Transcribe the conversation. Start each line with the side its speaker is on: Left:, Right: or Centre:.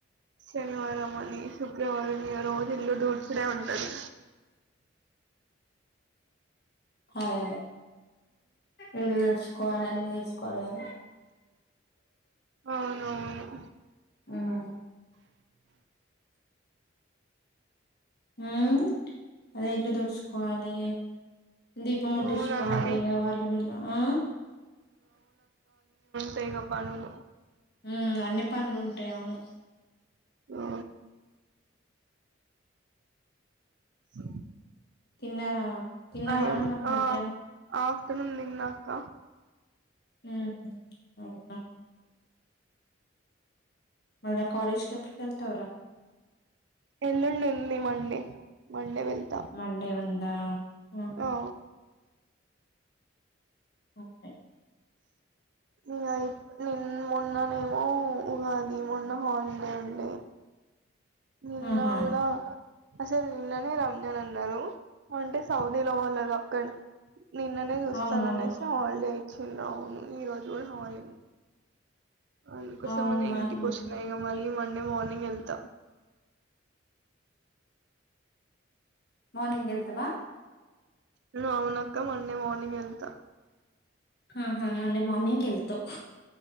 Right: శనివారం అని, సు వారం ఇగ రోజు ఇల్లు దూద్సుడే ఉంటుంది.
Left: అదే ఇల్లు తుడుచుకోవాలె, అన్ని నేర్చుకోవాలె కదా
Right: అవునవును
Left: ఉమ్ ఉమ్ అదే ఇల్లు దుడ్సుకోవాలె దీపం ముట్టించుకోవాలి
Right: అవును అన్ని
Left: ఇగ వాళ్ళు వీళ్ళు ఆ
Right: టై ఇగ పనులు
Left: ఉమ్ అన్ని పనులు ఉంటయి అవును.
Right: ఆ అ
Left: తిన్నారా తిన్నావారా
Right: అయి
Left: మరి
Right: ఆ
Left: మధ్యాహ్నం
Right: ఆఫ్టర్నూన్ తిన్నక్క.
Left: ఉహు అవుత మళ్ళ కాలేజ్ కి ఎప్పుడు ఎల్తవుర
Right: ఎల్లుండి ఉంది మళ్ళీ మల్ డే వెళ్తా
Left: మండే ఉందా ఆహా
Right: ఆ
Left: అంతే
Right: ఇగ నిన్ మొన్ననేమో ఉగాది, మొన్న హాలిడే ఉండే నిన్న
Left: ఆహా
Right: కూడా అసలు నిన్ననే రంజాన్ అన్నరు అంటే సౌదీ లో వాళ్ళదీ అక్కడ నిన్ననే చూస్తాననేసి
Left: అవునవును
Right: హాలిడే ఇచ్చింది అవువు ఈ రోజు కూడా హాలీన్ అందుకోసమనే
Left: అవును మన్
Right: ఇంటికి వచ్చిన ఇగ మళ్ళీ మండే మార్నింగ్ ఎల్త
Left: మార్నింగ్ ఎళ్తవా
Right: ఉఉమ్ అవునక్క మండే మార్నింగ్ ఎల్త
Left: ఆ హా మండే మార్నింగ్ ఎల్తవ్